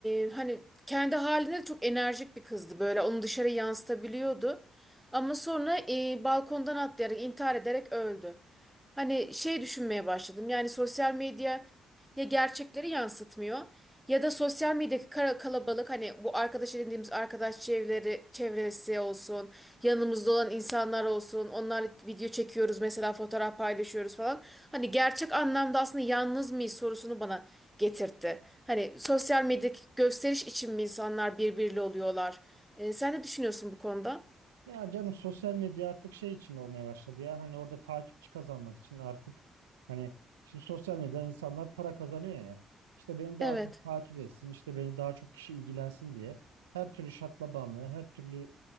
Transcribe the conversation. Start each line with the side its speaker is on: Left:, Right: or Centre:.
Centre: ee, hani kendi halinde de çok enerjik bir kızdı böyle onu dışarı yansıtabiliyordu. Ama sonra ee, balkondan atlayarak intihar ederek öldü. Hani şey düşünmeye başladım yani sosyal medya ya gerçekleri yansıtmıyor ya da sosyal medyadaki kara- kalabalık hani bu arkadaş edindiğimiz arkadaş çevreleri, çevresi olsun yanımızda olan insanlar olsun onlarla video çekiyoruz mesela fotoğraf paylaşıyoruz falan hani gerçek anlamda aslında yalnız mıyız sorusunu bana getirtti. Hani sosyal medyadaki gösteriş için mi insanlar birbiriyle oluyorlar? Ee, sen ne düşünüyorsun bu konuda?
Right: Ya canım sosyal medya artık şey için olmaya başladı ya. Hani orada takipçi kazanmak için artık hani şimdi sosyal medyadan insanlar para kazanıyor ya. İşte beni daha
Centre: Evet,
Right: çok takip etsin, işte beni daha çok kişi ilgilensin diye her türlü şaklabanlığı, her türlü